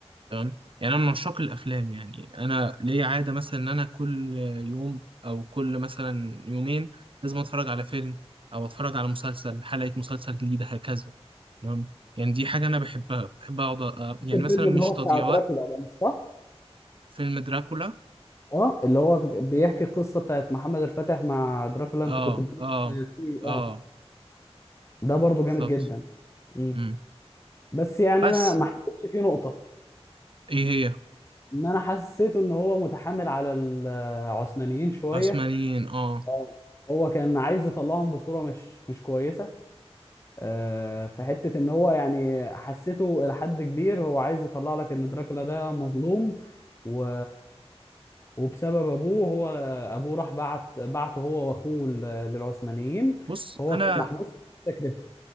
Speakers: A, on the right; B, on the left.
A: تمام يعني انا من عشاق الافلام يعني انا ليا عادة مثلا ان انا كل يوم او كل مثلا يومين لازم اتفرج على فيلم او اتفرج على مسلسل حلقة مسلسل جديدة هكذا تمام يعني دي حاجة انا بحبها بحب اقعد أ- يعني
B: شفت الفيلم
A: مثلا مش
B: اللي هو
A: تضييع
B: بتاع دراكولا
A: وقت
B: ده مش صح؟
A: فيلم دراكولا
B: اه اللي هو بيحكي القصه بتاعت محمد الفاتح مع دراكولا انت
A: اه
B: كنت بتقول
A: اه
B: إن في
A: اه
B: اه ده برضو
A: بالظبط
B: جامد جدا مم.
A: امم
B: بس يعني
A: بس
B: انا ما حسيتش فيه نقطه
A: ايه هي
B: ان انا حسيت ان هو متحامل على العثمانيين شويه
A: عثمانيين اه
B: اه هو كان عايز يطلعهم بصوره مش مش كويسه آه، في حتة ان هو يعني حسيته الى حد كبير هو عايز يطلع لك ان دراكولا ده مظلوم و... وبسبب ابوه هو ابوه راح بعت بعته هو واخوه لل- للعثمانيين
A: بص
B: فهو
A: انا
B: كان محبوس في تكلفه